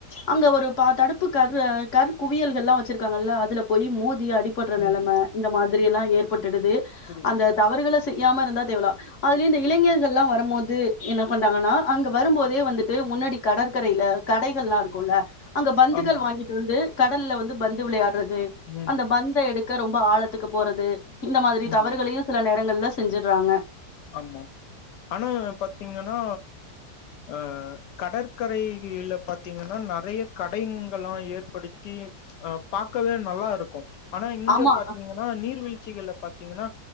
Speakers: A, on the left; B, on the left.
A: அங்க ஒரு ப தடுப்பு கர் கல் குவியல்கள்லா வச்சிருக்காங்கல்ல அதுல போய் மூத் ஊழுந்து அடிபடுற னேலம
B: ம்
A: இந்த மாதிரி எப்புடியெல்லாம் ஏற்பட் படுது
B: புரியுது
A: அந்த தவறுகளை செஞ் செய்யாம இருந்தா தேவலா அதுலயும் இந்த இளைஞர்கள் எல்லாம் வரும்போது என்ன பண்றாங்கன்னா அங்க வரும்போதே வந்துட்டு முன்னாடி கடற்கரையில கடைகள் எல்லாம் இருக்குல்ல அங்க பந்துகள்
B: ஆமாம்
A: வாங்கிட்டு வந்து கடல்ல வந்துபந்து விளையாடு அது
B: ம்
A: அந்த பந்தெடுக்க ரொம் ரொம்ப ஆழத்துக்கு போறது இந்த மாதிரி
B: ம்
A: தவறுகளையும் சில நேரம் எங்கள்ல செஞ்சடுறாங்க
B: ஆமா ஆனா பாத்தீங்கன்னா அஹ் கடற்கரைகயிலா பாத்தீங்கன்னா நிறைய கடைங்கலாம் ஏற்படுத்தி அஹ் பாக்கவே நல்லா இருக்கும் ஆனா இங்க
A: ஆமா
B: பாத்தீங்கன்னா நீர்விழ் சிகல்லா பாத்தீங்கன்னா